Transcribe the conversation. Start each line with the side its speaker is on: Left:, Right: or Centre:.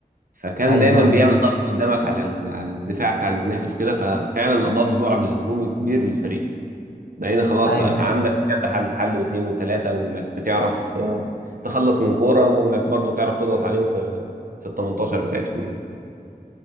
Right: فكان
Left: ايوه
Right: دايما بيعمل
Left: ايوه
Right: ضغط قدامك على ال- على الدفاع بتاع المنافس وكده ففعلا اضاف بعد هجومي كبير للفريق بقينا خلاص
Left: أيوة.
Right: بقى كان عندك كذا حل حل واثنين وثلاثة وانك بتعرف آه، تخلص من كورة وانك برضو تعرف تضغط عليهم في في ال 18 بتاعتهم يعني